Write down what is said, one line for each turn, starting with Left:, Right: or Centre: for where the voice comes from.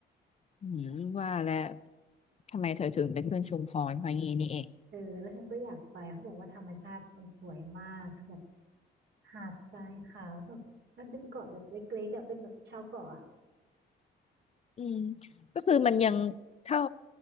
Left: อืมว่าแล้วทำไมเธอถึงไปขึ้นชุมพรเพราะงี้นี่เอง
Right: เออแล้วฉันก็อยากไปเขาบอกว่าธรรมชาติมันสวยมากคือแบบหาดทรายขาวแบบมันเป็นเกาะแบบเล็กๆอ่ะเป็นแบบชาวเกาะอะ
Left: อืมก็คือมันยังเท่า